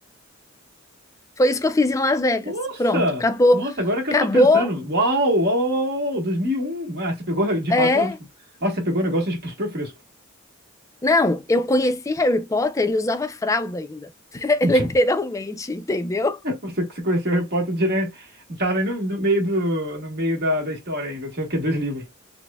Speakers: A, on the left; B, on the right.
A: Foi isso que eu fiz em Las Vegas.
B: Nossa!
A: Pronto, acabou.
B: Nossa, agora que
A: Acabou.
B: eu tô pensando. Uau, uau, uau, uau, uau, dois mil e um. Ah, você pegou de
A: É.
B: fato. mas- Nossa, você pegou um negócio tipo super fresco.
A: Não, eu conheci Harry Potter, ele usava fralda ainda. <laughs>
B: <laughs>
A: Literalmente, entendeu?
B: Você, você conheceu o Harry Potter, né? Tava nem no, no meio do, no meio da, da história ainda. Tinha o quê? Dois livros.